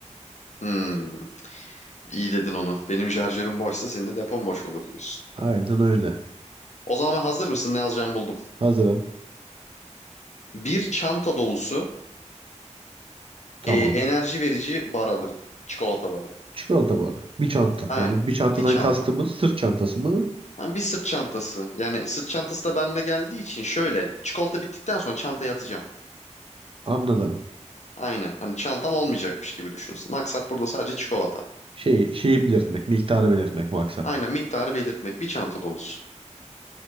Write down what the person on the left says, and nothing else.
Hmm, iyi dedin onu. Benim şarjörüm boşsa senin de depon boş olur diyorsun.
O zaman hazır mısın? Ne alacağımı buldum.
Bir çanta dolusu
e, enerji verici bar alırdım. Çikolata barı.
Ha,
bir çanta.
Ha, bir sırt çantası. Yani sırt çantası da bende geldiği için şöyle. Çikolata bittikten sonra çantaya atacağım.
Aynen. Hani çantam olmayacakmış gibi düşünsün. Maksat burada sadece çikolata.
Aynen miktarı belirtmek. Bir çanta dolusu.